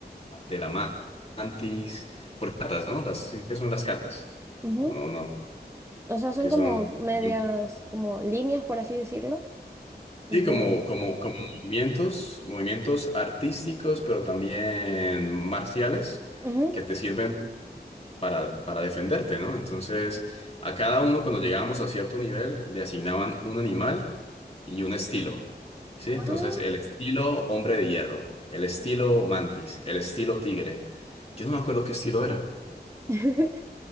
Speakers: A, on the left; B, on the right.
A: de la ma- mantis, por catas, ¿no? Las, sí, ¿qué son las catas?
B: ujú.
A: ¿O no, no?
B: O sea, son
A: Que
B: como
A: son,
B: medias,
A: que son-
B: como líneas, por así decirlo, de...
A: sí, como, como, como movimientos, movimientos artísticos, pero también marciales
B: ujú.
A: que te sirven para, para defenderte, ¿no? Entonces, a cada uno cuando llegábamos a cierto nivel le asignaban un animal y un estilo, ¿sí? Entonces,
B: Ah.
A: el estilo hombre de hierro, el estilo mantis, el estilo tigre. Yo no me acuerdo qué estilo era.
B: <laughs>